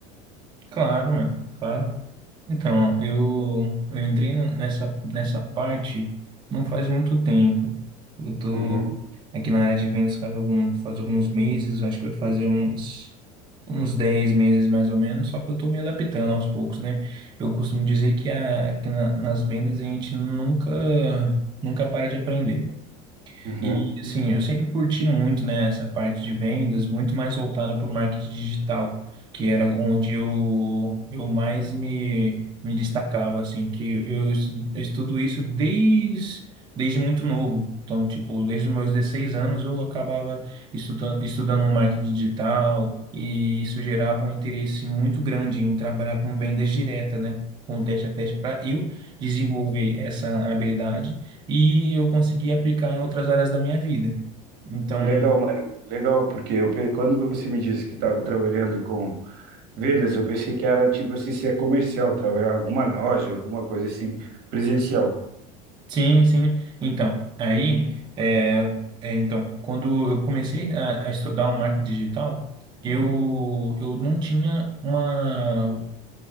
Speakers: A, on the right; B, on the right.
A: Claro, mano, claro. Então, eu, eu entrei n- nessa, nessa parte não faz muito tempo. Eu tô
B: Uhum,
A: aqui na área de vendas faz algum, faz alguns meses, eu acho que vai fazer uns, uns 10 meses mais ou menos, só que eu tô me adaptando aos poucos, né? Eu costumo dizer que, a, que na- nas vendas a gente nunca, nunca para de aprender.
B: uhum.
A: E assim, eu sempre curti muito, né, essa parte de vendas, muito mais voltada para o marketing digital, que era onde eu, eu mais me, me destacava, assim, que eu estu- eu estudo isso desde, desde muito novo. Então, tipo, desde os meus 16 anos eu acabava estudando, estudando um marketing digital e isso gerava um interesse muito grande em trabalhar com vendas direta, né? Com teste a teste para eu desenvolver essa habilidade e eu consegui aplicar em outras áreas da minha vida. Então,
B: Legal, mano. Legal, porque eu, pe- quando você me disse que estava trabalhando com vendas, eu pensei que era tipo assim, ser comercial, trabalhar em alguma loja, alguma coisa assim, presencial.
A: sim, sim. Então, aí, é, é, então, quando eu comecei a, a estudar o marketing digital, eu, eu não tinha uma